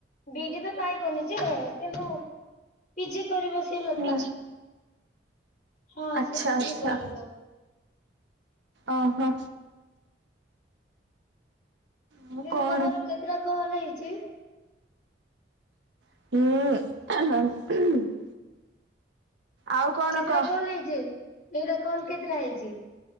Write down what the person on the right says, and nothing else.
ହୁଁ
ଆଚ୍ଛା
ଆଚ୍ଛା
ଓହୋ। ଆଉ
କଣ?
ହୁଁ। ଆଉ କଣ
କହ?